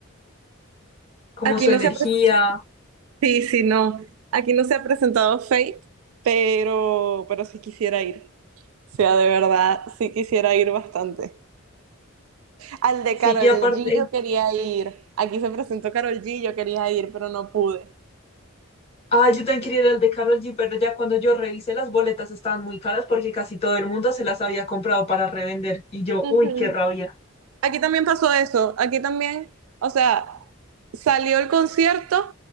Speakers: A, on the left; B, on the right.
A: como
B: aquí
A: su
B: no
A: energía.
B: se ha presentado, sí, sí, no, aquí no se ha presentado Fate, pero, pero sí quisiera ir, o sea, de verdad, sí quisiera ir bastante. Al de
A: Sí,
B: Carol
A: y aparte,
B: G yo quería ir. Aquí se presentó Carol G, yo quería ir, pero no pude.
A: ah, yo también quería ir al de Karol G, pero ya cuando yo revisé las boletas estaban muy caras porque casi todo el mundo se las había comprado para revender. Y yo,
B: Ujú.
A: uy, qué rabia.
B: Aquí también pasó eso. Aquí también, o sea, salió el concierto